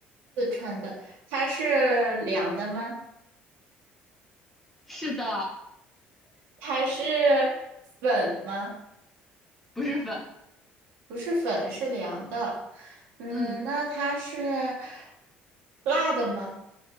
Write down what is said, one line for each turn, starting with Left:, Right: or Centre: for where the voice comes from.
Right: 好的，它是凉的吗？
Centre: 是的，
Right: 它是粉吗？
Centre: 不是粉，
Right: 不是粉，是凉的。嗯，
Centre: 嗯，
Right: 那它是辣的吗？